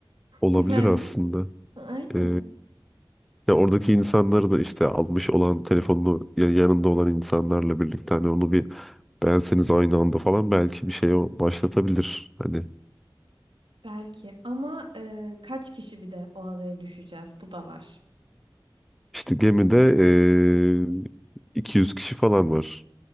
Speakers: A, in the centre; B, on the right (about 80°).
A: olabilir
B: Efendim?
A: aslında.
B: Aynen.
A: E, ya oradaki insanları da işte almış olan telefonunu ya yanında olan insanlarla birlikte hani onu bir Benseniz aynı anda falan belki bir şey o- başlatabilir. Hani
B: Belki ama e, kaç kişi bir de o adaya düşeceğiz? Bu da var.
A: işte gemide eee, 200 kişi falan var.